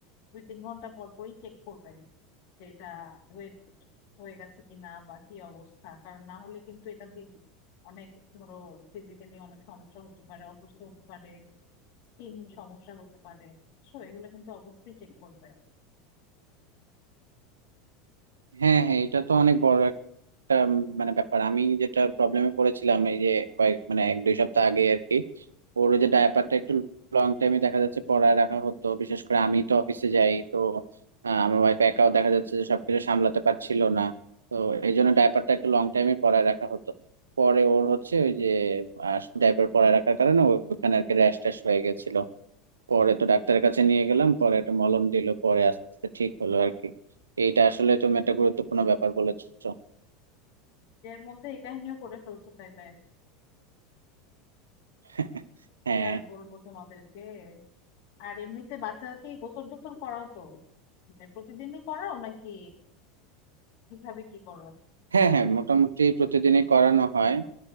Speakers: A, on the left (about 60°); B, on the right (about 85°).
A: দুই তিন ঘন্টা পর পরই চেক করবেন যে এটা ওয়েট হয়ে গেছে কিনা বা কি অবস্থা কারণ না হলে কিন্তু এটা দিয়ে অনেক ধরো ফিজিক্যালি অনেক সমস্যা হতে পারে অসুস্থ হতে পারে স্কিন সমস্যা হতে পারে সো এগুলো কিন্তু অবশ্যই চেক করবে
B: হ্যাঁ হ্যাঁ এটা তো অনেক বড় একটা উম, মানে ব্যাপার আমি যেটা প্রবলেমে পড়েছিলাম এই যে কয়েক মানে এক দুই সপ্তাহ আগে আর কি ওর ওই যে ডায়াপারটা একটু লং টাইমে দেখা যাচ্ছে পড়ায় রাখা হতো বিশেষ করে আমি তো অফিসে যাই তো আহ, আমার ওয়াইফ একাও দেখা যাচ্ছে যে সবকিছু সামলাতে পারছিল না তো এই জন্য ডায়াপারটা একটু লং টাইমে পড়ায় রাখা হতো পরে ওর হচ্ছে ওই যে ডায়াপার পরায় রাখার কারণে ওখানে আর কি র্যাশ ট্যাশ হয়ে গেছিল পরে তো ডাক্তারের কাছে নিয়ে গেলাম পরে একটা মলম দিল পরে আস্তে আস্তে ঠিক হলো আর কি এইটা আসলে তুমি একটা গুরুত্বপূর্ণ ব্যাপার বলেছো
A: এর মধ্যে এই কাহিনীও করে ফেলছো তাইলে
B: <laughs>
A: কি
B: হ্যাঁ
A: আর বলবো তোমাদেরকে আর এমনিতে বাচ্চাকে গোসল টোসল করাও তো মানে প্রতিদিনই করাও নাকি কিভাবে কি করো
B: হ্যাঁ হ্যাঁ মোটামুটি প্রতিদিনই করানো হয়